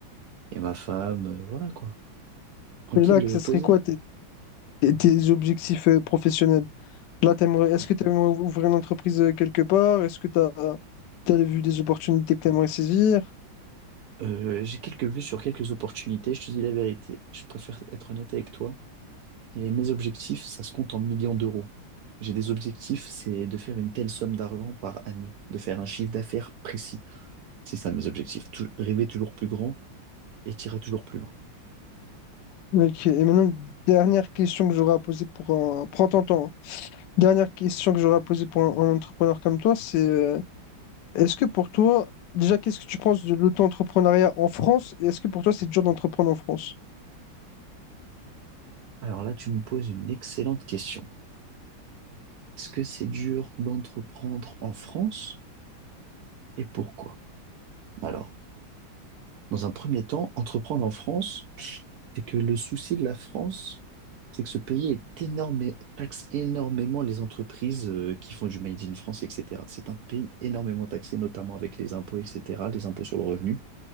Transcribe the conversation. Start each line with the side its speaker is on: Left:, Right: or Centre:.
Right: et ma femme, euh, voilà quoi. Tranquille,
Left: Et là, que
Right: euh,
Left: ce
Right: posé.
Left: serait quoi tes, tes- tes objectifs euh, professionnels? Là, t'aimerais, est-ce que tu aimerais ouvrir une entreprise euh, quelque part? Est-ce que tu as, vu des opportunités que tu aimerais saisir?
Right: Euh, j'ai quelques vues sur quelques opportunités, je te dis la vérité. Je préfère être honnête avec toi. Et mes objectifs, ça se compte en millions d'euros. J'ai des objectifs, c'est de faire une telle somme d'argent par année, de faire un chiffre d'affaires précis. C'est ça mes objectifs. Tou- rêver toujours plus grand et t'iras toujours plus loin.
Left: Ok. Et maintenant, dernière question que j'aurais à poser pour un... Prends ton temps. hein. Dernière question que j'aurais à poser pour un, un entrepreneur comme toi, c'est euh, Est-ce que pour toi, déjà, qu'est-ce que tu penses de l'auto-entrepreneuriat en France? Et est-ce que pour toi, c'est dur d'entreprendre en France?
Right: Alors là, tu me poses une excellente question. Est-ce que c'est dur d'entreprendre en France et pourquoi? Alors, Dans un premier temps, entreprendre en France, c'est que le souci de la France, c'est que ce pays est énorme, taxe énormément les entreprises euh, qui font du Made in France, etc. C'est un pays énormément taxé, notamment avec les impôts, etc., les impôts sur le revenu,